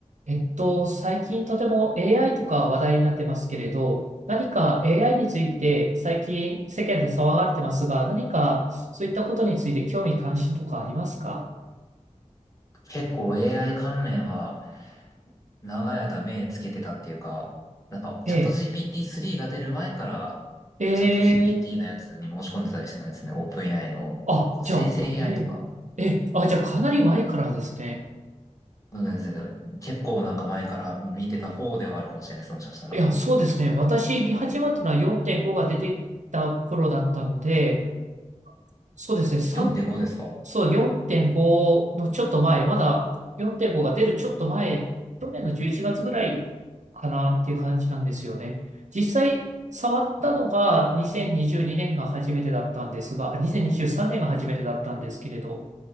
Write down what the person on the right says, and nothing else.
えっと、最近とても AI とか話題になってますけれど、何か AI について最近世間で騒がれてますが、何かそういったことについて興味関心とかありますか
え
え、ええ、
あ、
じゃあ、
ええ、
ええ、あ、じゃあかなり前からですね。
いや、そうですね。私見始まったのは4.5が出てた頃だったので、そうですね、3、
そう、4.5のちょっと前、まだ4.5が出るちょっと前、去年の11月ぐらいかなっていう感じなんですよね。実際、触ったのが2022年が初めてだったんですが、あ2023年が初めてだったんですけれど、